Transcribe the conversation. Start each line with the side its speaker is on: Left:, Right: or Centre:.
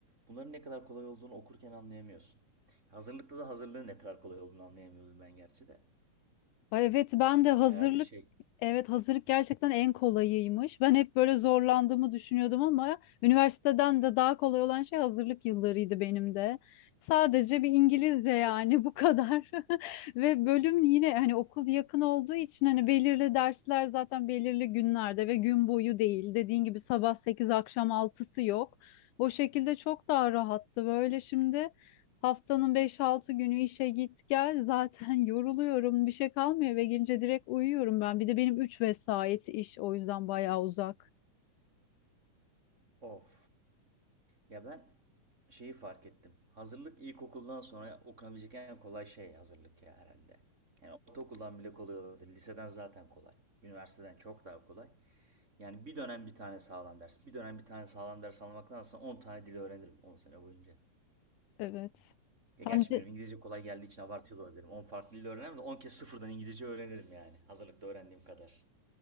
Right: Bunların ne kadar kolay olduğunu okurken anlayamıyorsun. Hazırlıkta da hazırlığın ne kadar kolay olduğunu anlayamıyordum ben gerçi de.
Left: Ay Evet ben de hazırlık
Right: Herhalde şey
Left: evet hazırlık gerçekten en kolayıymış. Ben hep böyle zorlandığımı düşünüyordum ama üniversiteden de daha kolay olan şey hazırlık yıllarıydı benim de. Sadece bir İngilizce yani bu kadar. <laughs> Ve bölüm yine hani okul yakın olduğu için hani belirli dersler zaten belirli günlerde ve gün boyu değil. Dediğin gibi sabah 8 akşam altısı yok. O şekilde çok daha rahattı böyle şimdi. Haftanın beş altı günü işe git gel zaten <laughs> yoruluyorum bir şey kalmıyor eve gelince direkt uyuyorum ben bir de benim 3 vesait iş o yüzden bayağı uzak
Right: of Ya ben şeyi fark ettim. Hazırlık ilkokuldan sonra okunabilecek en kolay şey hazırlık ya herhalde. Yani ortaokuldan bile kolay olabilir. Liseden zaten kolay. Üniversiteden çok daha kolay. Yani bir dönem bir tane sağlam ders. Bir dönem bir tane sağlam ders almaktansa 10 tane dil öğrenirim 10 sene boyunca.
Left: evet hem
Right: Ya gerçi
Left: de
Right: bilmiyorum İngilizce kolay geldiği için abartıyor da olabilirim. 10 farklı dil öğrenirim de 10 kez sıfırdan İngilizce öğrenirim yani. Hazırlıkta öğrendiğim kadar.